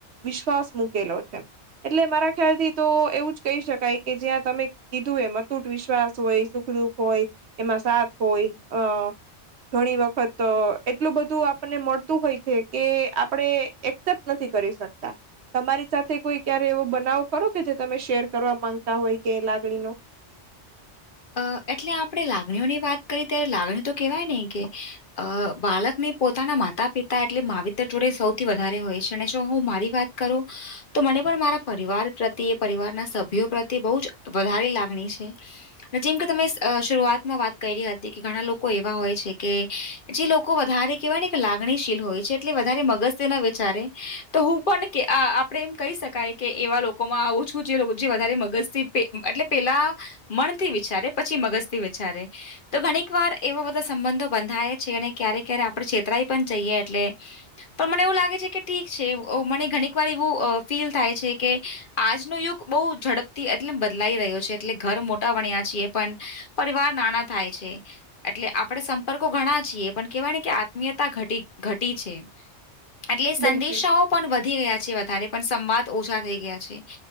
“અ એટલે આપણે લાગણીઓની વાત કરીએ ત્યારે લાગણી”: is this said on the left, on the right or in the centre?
Left